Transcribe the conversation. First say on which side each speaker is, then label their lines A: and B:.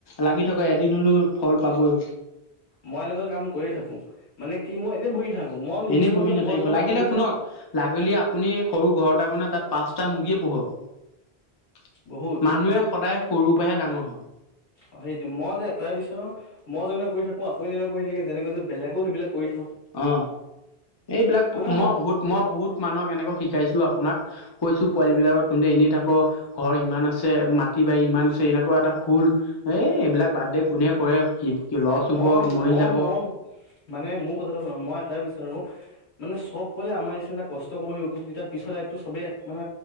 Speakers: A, on the left; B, on the left.
A: লাগি থাকক এদিন হলেও ফল পাবই।
B: মই এনেকুৱা কাম কৰিয় থাকো। মানে কি মই এনে বহি থাকো মই নিবিচাৰো
A: এনেই বহি
B: যে
A: নাথাকিব
B: মই যেনে
A: লাগিলে
B: কাম কৰি
A: শুনক লাগলি আপুনি সৰু ঘৰ এটা বনা তাত পাঁচটা মুৰ্গীয়ে পোহক।
B: বহুত
A: মানুহে সদায় সৰু পৰাহে ডাঙৰ হয়। <inaudible>
B: অ সেইটো মই যে এটাই বিচাৰো, মই যেনে কৰি থাকো আপুনি যেনে কৰি থাকে যেনেকে যে বেলেগো সেইবিলাক কৰি থাক
A: অ এইবিলাক
B: মানে
A: মই
B: মোক
A: বহুত মই বহুত মানুহক এনেকুৱে শিকাইছো আ আপোনাক কৈছোঁ পোৱালিবিলাকত তন্ততে এনেই থাকো ঘৰ ইমান আছে মাটি বাৰী ইমান আছে, এনেকুৱা এটা খোল এই এইবিলাক বাদডে কোনে কৰে কি কি লছ
B: নাই মই
A: হব মৰি
B: মই
A: যাব
B: মই মানে মোৰ কথাটো শুনা মই এটা বিচাৰো, মানে চব পলে আমাৰ নিচি কষ্ট কৰিব লাগিব, তেতিয়া পিছৰ লাইফতটো চবেই মানে